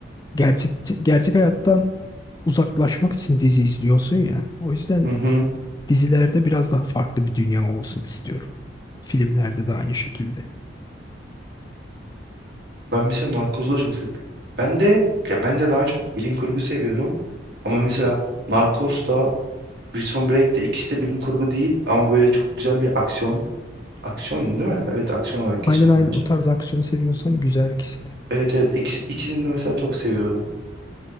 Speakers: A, on the left; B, on the right.
A: gerçek gerçek hayattan uzaklaşmak için dizi izliyorsun ya. O yüzden
B: Hı hı.
A: dizilerde biraz daha farklı bir dünya olsun istiyorum. Filmlerde de aynı şekilde.
B: Ben mesela Narcos'u da çok seviyorum. Ben de ya ben de daha çok bilim kurgu seviyorum. Ama mesela Narcos da Prison Break de ikisi de bilim kurgu değil ama böyle çok güzel bir aksiyon Aksiyon değil mi? Evet aksiyon olarak geçer
A: Aynen aynen
B: bence.
A: o tarz aksiyonu seviyorsan güzel ikisi de.
B: Evet evet İkiz, ikisini de mesela çok seviyorum.